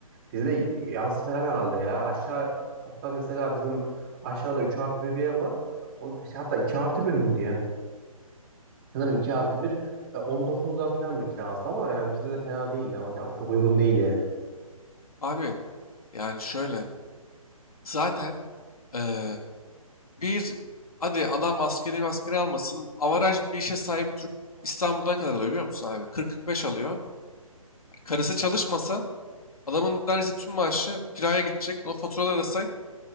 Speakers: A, on the right; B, on the left.
A: Bizde yarısı falan herhalde ya. Aşağı hatta mesela bizim aşağıda 3 artı bir bir ev var. Onun, şey, hatta 2 artı bir miydi ya? Sanırım 2 artı bir. e, 19'da falan da kirası ama yani bizde de fena değil ya. Hocam çok uygun değil yani.
B: abi yani şöyle. Zaten Eee, bir hadi adam askeri maskeri almasın. Avaraj bir işe sahip Türk İstanbul'da kadar alıyor biliyor musun abi? 40-45 alıyor. Karısı çalışmasa adamın neredeyse tüm maaşı kiraya gidecek. O faturaları da say.